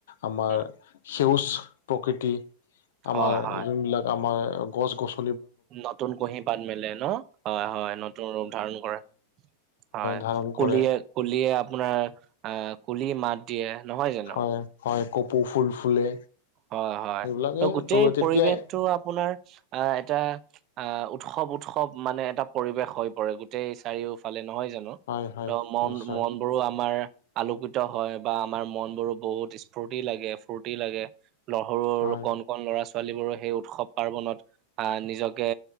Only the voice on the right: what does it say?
উম
হয় হয়
নতুন কুঁহি পাত মেলে ন' হয়, হয়। নতুন ৰূপ ধাৰণ কৰে। হয়,
কুলিয়ে-কুলিয়ে
আপোনাৰ আহ, কুলি মাত দিয়ে নহয় জানোঁ।
হয়, হয়।
ত' গোটেই
পৰিৱেশটো আপোনাৰ অহ এটা আহ উৎসৱ-উৎসৱ মানে এটা পৰিৱেশ হৈ পৰে, গোটেই চাৰিওফালে নহয় জানোঁ?
অ' মন-মন
বোৰো আমাৰ আলোকিত হয় বা আমাৰ মনবোৰো বহুত স্ফুৰ্তি লাগে, স্ফুৰ্তি লাগে। সৰু-সৰু
কন কন ল'ৰা-ছোৱালীবোৰেও সেই উৎসৱ পাৰ্বনত আহ, নিজকে